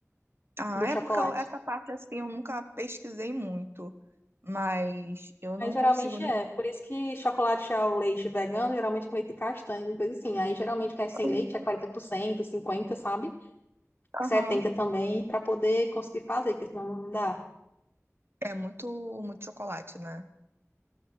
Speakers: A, on the right; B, on the left.
A: Ah,
B: do chocolate.
A: é porque eu- essa parte assim eu nunca pesquisei muito, mas eu não
B: Mas geralmente
A: consigo nem.
B: é. Por isso que chocolate ao leite vegano, geralmente com leite castanho, coisa assim. Aí geralmente quer sem
A: comer.
B: leite, é 40%, 50%, sabe?
A: Aham.
B: 70% também, para poder conseguir fazer, porque senão não dá.
A: É muito, muito chocolate, né?